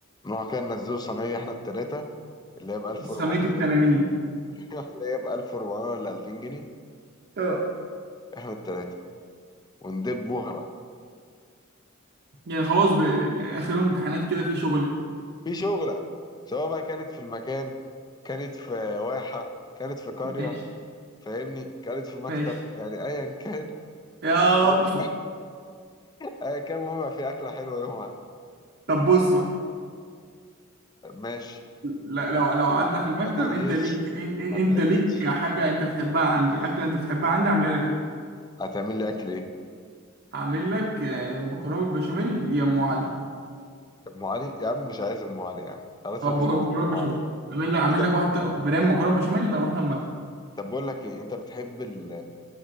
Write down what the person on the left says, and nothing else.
نروح كده ننزلوا صينية إحنا التلاتة اللي هي ب 1400
<laughs> اللي هي ب 1400 ولا 2000 جنيه
احنا التلاتة وندبوها بقى
في شغلة سواء بقى كانت في المكان كانت في واحة كانت في قرية
فاهمني كانت في مكتب
يعني ايا كان
المهم ايا كان المهم يبقى في اكلة حلوة يومها
ماشي
ما
ما تهيسش
ما
تهيسش
هتعمل لي اكل ايه
ام علي يا عم مش عايز ام علي يا عم خلاص
انا زهقت
من
ام علي
انت
طب بقول لك ايه انت بتحب ال